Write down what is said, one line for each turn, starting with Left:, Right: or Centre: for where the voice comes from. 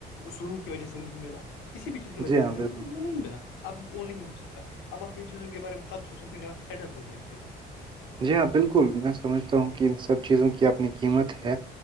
Left: اصولوں کی وجہ سے نہیں ملا کسی بھی چیز کی وجہ
Right: جی
Left: سے
Right: ہاں
Left: نہیں
Right: بالکل
Left: ملا لیکن وہ نہیں ملا اب وہ نہیں ہو سکتا اب آپ ان چیزوں کے بارے میں تب سوچ سکتے ہیں جب آپ سیٹل ہو جائیں گے تو
Right: جی ہاں بالکل میں سمجھتا ہوں کہ ان سب چیزوں کی اپنی قیمت ہے